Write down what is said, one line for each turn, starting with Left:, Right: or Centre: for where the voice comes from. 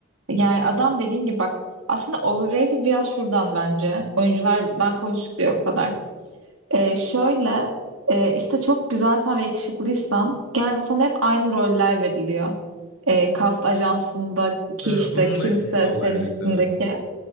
Right: Yani adam dediğin gibi bak aslında overrated biraz şuradan bence. Oyunculardan konuştuk diye o kadar. Ee, şöyle e, işte çok güzelsen ve yakışıklıysan geldi sana hep aynı roller veriliyor. Ee, kast ajansındaki
Left: Ha,
Right: işte
Left: bunun
Right: kimse
Left: da etkisi olabilir
Right: senin üstündeki.
Left: tabii.